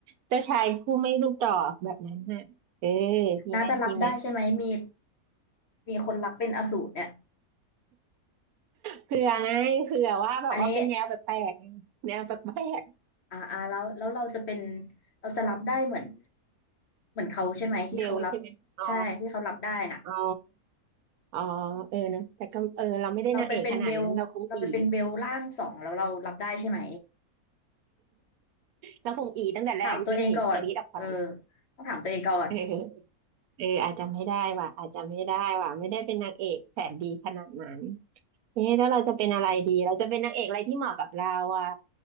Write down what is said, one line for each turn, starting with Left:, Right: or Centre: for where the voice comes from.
Right: เจ้าชายผู้ไม่รูปดอกแบบนั้นน่ะเออดีไหมดีไหม
Left: น้าจะรับได้ใช่ไหมมีมีคนรักเป็นอสูรเนี่ย
Right: เผื่อไงเผื่อว่าแบบว่าเป็นแนวแปลกๆแนวแปลก
Left: อันนี้ อ่าอ่าแล้วแล้วเราจะเป็นเราจะรับได้เหมือนเหมือนเขาใช่ไหมที่เขารับ
Right: ๆเบลใช่ไหมอ๋อ
Left: ใช่ที่เขารับได้น่ะ
Right: อ๋ออ๋อเออนะแต่ก็เออเราไม่ได้นางเอกขนาดนั้นเราคงอี
Left: เราไปเป็นเบลเราไปเป็นเบลล่างสองแล้วเรารับได้ใช่ไหม
Right: เราคงอีตั้งแต่แรกวิ่งหนีกรี๊ดออกไป
Left: ถามตัวเองก่อนเออต้องถามตัวเองก่อน
Right: เออเอออาจจะไม่ได้ว่ะอาจจะไม่ได้ว่ะไม่ได้เป็นนางเอกแสนดีขนาดนั้น นี่แล้วเราจะเป็นอะไรดีเราจะเป็นนางเอกอะไรที่เหมาะกับเราอ่ะ